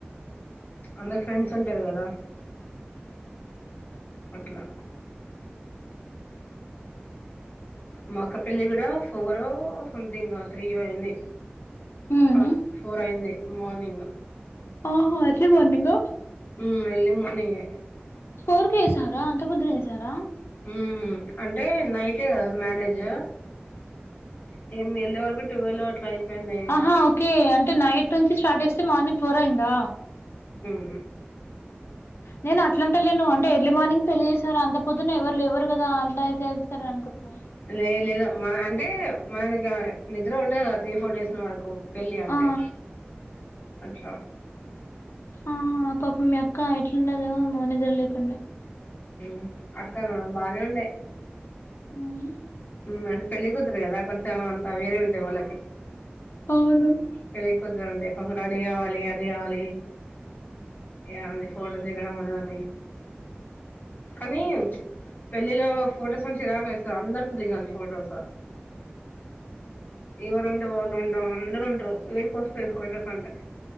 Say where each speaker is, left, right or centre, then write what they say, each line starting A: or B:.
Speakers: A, on the left; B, on the left.
A: అందరు ఫ్రెండ్స్ ఉంటారు కదా అట్లా మా అక్క పెళ్లి కూడా ఫోర్ సంథింగ్ త్రీయో అనీ
B: హ్మ్
A: ఆ ఫోర్ అయింది మార్నింగ్
B: ఆహా ఎర్లీ మార్నింగ్
A: ఉ ఎర్లీ మార్నింగ్
B: ఫోర్ కే ఎసారా అంత పొద్దున్నే వేసారా
A: మ్ అంటే నైటే కదా మ్యారేజ్ ఇక మేము వెళ్ళే వరకు ట్వెల్వ్ అట్లా అయిపోయింది ఇక
B: ఆహా ఓకే అంటే నైట్ నుంచి స్టార్ట్ చేస్తే మార్నింగ్ ఫోర్ మైందా
A: మ్
B: నేను అట్లాంటేలేను అంటే ఎర్లీ మార్నింగ్ పెళ్లి చేసారు అంత పొద్దున్నే ఎవరు లేవరు కదా అట్ల చేస్తారు అనుకు చెప్ మా
A: లే లేదు మన అంటే మనకి నిద్ర ఉండదు కదా త్రీ ఫోర్ డేస్ వరకు పెళ్లి అంటే
B: ఆ
A: అట్లా
B: ఆహా పాపం మీ అక్క ఎట్లుండదే మోనిదడ్ లేకుండ
A: మ్ అక్కనా బానే ఉండే
B: మ్
A: మ్ అంటే పెళ్ళి కుతురు కదా కొంచెం అంత వేరే ఉంటాయి వాళ్ళకి
B: అవును
A: పెళ్ళ పొద్దునుండే పాపం రడి కావాలి అది కావాలి ఏంది ఫోటో దిగడం అవుతాంది కానీ పెళ్ళిలో ఫోటోస్ నుంచి చిరాకు లేస్తది అందరు దిగాలి ఫోటోస్ ఎవరు ఉండే వాళ్ళు ఉండరు అందరు ఉండరు ఏడుపొస్తాయి ఫోటోస్ అంటే